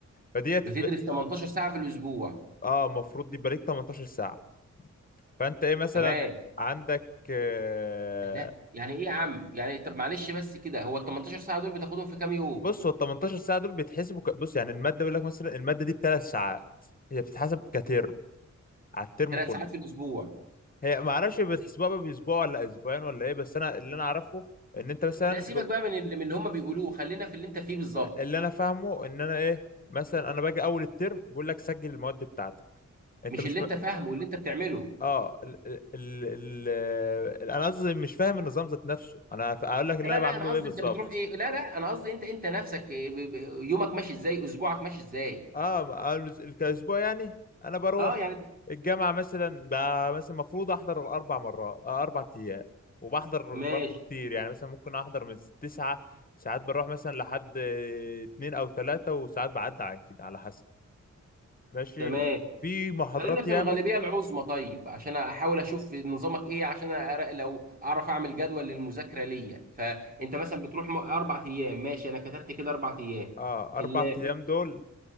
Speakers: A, on the left; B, on the right.
A: فديت
B: بتدرس 18 ساعه في الاسبوع
A: اه المفروض يبقى ليك 18 ساعة فانت ايه مثلا
B: تمام
A: عندك آه،
B: الله يعني ايه يا عم يعني طب معلش بس كده هو ال 18 ساعه دول بتاخدهم في كام يوم
A: بص هو ال 18 ساعة دول بيتحسبوا ك... بص يعني المادة بيقول لك مثلا المادة دي بثلاث ساعات هي بتتحسب كترم على الترم
B: ثلاث
A: كله
B: ساعات في الاسبوع
A: هي ما اعرفش بتحسبوها بقى باسبوع ولا اسبوعين ولا ايه بس انا اللي انا اعرفه ان انت مثلا
B: لا سيبك
A: ب...
B: بقى من اللي من اللي هم بيقولوه خلينا في اللي انت فيه بالظبط
A: اللي انا فاهمه ان انا ايه مثلا انا باجي اول الترم بقول لك سجل المواد بتاعتك انت
B: مش
A: مش
B: اللي
A: م...
B: انت فاهمه واللي انت بتعمله
A: اه ال... ال... ال... ال... انا قصدي مش فاهم النظام ذات نفسه انا ف- اقول لك اللي
B: لا لا
A: انا بعمله
B: لا انا قصدي
A: ايه بالظبط
B: انت بتروح ايه لا لا انا قصدي انت انت نفسك إيه ب- ب- يومك ماشي ازاي اسبوعك ماشي ازاي
A: اه ما- أنا كاسبوع يعني انا بروح
B: اه يعني ت-
A: الجامعه مثلا ب- مثلا المفروض احضر اربع مرات آه، اربع ايام وبحضر
B: ماشي
A: برضه كتير يعني مثلا ممكن احضر من تسعة ساعات بروح مثلا لحد آه، اتنين او تلاتة وساعات بعدي عن كده على حسب ماشي
B: تمام
A: في محاضرات
B: خلينا في
A: ياما
B: الغالبية العظمى طيب عشان احاول اشوف نظامك ايه عشان أرى لو اعرف اعمل جدول للمذاكرة ليا فانت مثلا بتروح م- اربع ايام ماشي انا كتبت كده اربع ايام
A: اه
B: ال-
A: اربع ايام دول